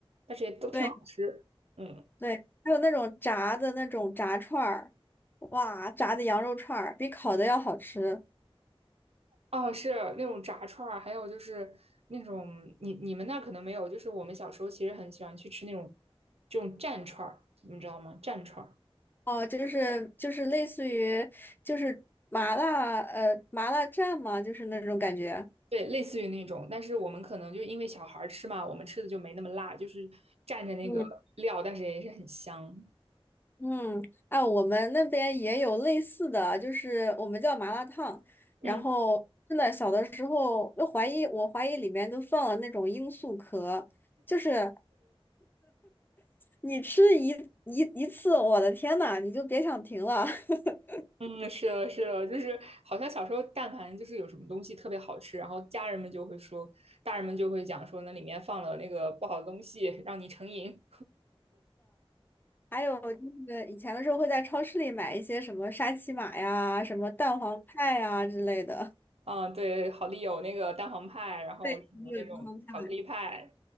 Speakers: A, on the right (about 85°); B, on the left (about 20°).
A: 但是也都挺好吃，
B: 对。
A: 嗯。
B: 对，还有那种炸的那种炸串儿，哇，炸的羊肉串儿比烤的要好吃
A: 哦，是那种炸串儿，还有就是那种你你们那可能没有，就是我们小时候其实很喜欢去吃那种这种蘸串儿，你们知道吗？蘸串儿，
B: 哦，就是就是类似于就是麻辣呃麻辣蘸嘛，就是那种感觉。
A: 对，类似于那种，但是我们可能就因为小孩儿吃嘛，我们吃的就没那么辣，就是蘸着那个料，
B: 嗯
A: 但是也是很香。
B: 嗯，哎，我们那边也有类似的，就是我们叫麻辣烫，然后真的小的时候都怀疑，
A: 嗯
B: 我怀疑里面都放了那种罂粟壳，就是你吃一一一次，我的天呐，你就别想停了。<laughs>
A: 嗯，是的，是的，就是好像小时候但凡就是有什么东西特别好吃，然后家人们就会说，大人们就会讲说那里面放了那个不好的东西，让你成瘾。
B: 还有就是以前的时候会在超市里买一些什么沙琪玛呀、什么蛋黄派呀之类的。
A: 嗯，对，好丽友那个蛋黄派，然后什么那种巧克力派。
B: 对，也有蛋黄派。